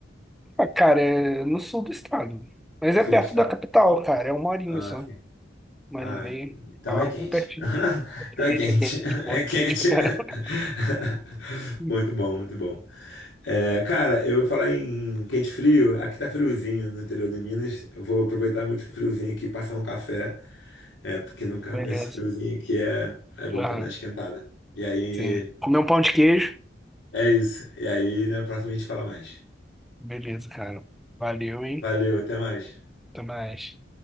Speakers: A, in the centre; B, on the left.
A: Ah, cara, é no sul do estado. Mas
B: No
A: é
B: sul
A: perto
B: do estado.
A: da capital, cara. É uma horinha
B: Ah,
A: só.
B: sim.
A: Uma
B: Ah,
A: horinha e meia.
B: então
A: de Carro,
B: é quente.
A: pertinho.
B: <laughs>
A: Quente,
B: Então é quente.
A: é quente,
B: <laughs>
A: pô,
B: É
A: é
B: quente.
A: quente pra caramba.
B: <laughs>
A: <laughs>
B: Muito bom, muito bom. É, cara, eu ia falar em quente e frio. Aqui tá friozinho no interior de Minas. Eu vou aproveitar muito o friozinho aqui e passar um café. É, porque nunca,
A: Beleza.
B: nesse friozinho aqui é, é bom
A: Ah,
B: pra dar uma esquentada. E aí,
A: sim. Comer um pão de queijo.
B: é isso. E aí, na próxima a gente fala mais.
A: Beleza, cara. Valeu, hein?
B: Valeu, até mais.
A: Até mais.